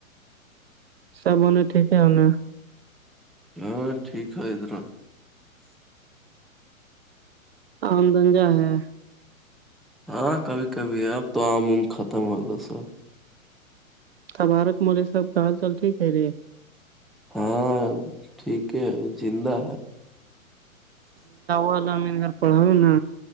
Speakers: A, on the right; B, in the centre.
A: سبو نے ٹھیک ہی ہونا ہے
B: ہاں ٹھیک ہے ادھر
A: آم دھنجہ ہے
B: ہاں کبھی کبھی ہے اب تو آم وم ختم ہوگا سر
A: اب عارت مولوی صاحب کا حال چال ٹھیک ہے رہے ہے
B: ہاں ٹھیک ہے زندہ ہے
A: این گھر پڑا نا